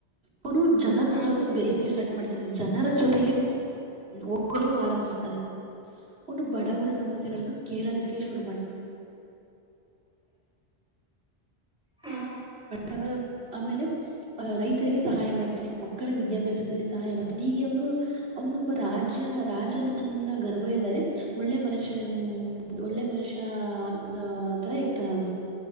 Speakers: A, on the right; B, in the centre.
A: ಅವನು ಜನರ
B: ಹ್ಮ್ ಹ್ಮ್
A: ಜೊತೆ ಬೆರೆಯೋಕ ಸ್ಟಾರ್ಟ್ ಮಾಡ್ತಾನೆ ಜನರ ಜೊತೆ ಹಗಳು ಆರಂಭಿಸ್ತಾರೆ ಒನು ಬಡವರ ಸಮಸ್ಯೆಗಳನ್ನು ಕೇಳೋದಕ್ಕೆ ಶುರು ಮಾಡ್ತ
B: ಹಾ
A: ಬವರ ಆಮೇಲೆ ರೈತರಿಗೆ ಸಹಾಯ ಮಾಡ್ತನಿ ಮಕ್ಕಳ ವಿದ್ಯಾಭ್ಯಾಸದಲ್ಲಿ ಸಹಾಯ ಮಾಡ್ತಾನೆ ಹೀಗೆ ಅವನು ಅವನೊಬ್ಬ ರಾಜ್ಯ ರಾಜನ ನನ್ನ ಗರ್ವ ಇಲ್ಲದದೆ ಒಳ್ಳೆ ಮನುಷ್ಯನ ಒಳ್ಳೆ ಮನುಷ್ಯ ಆ ತರ ಇರ್ತಾನ ಅವನು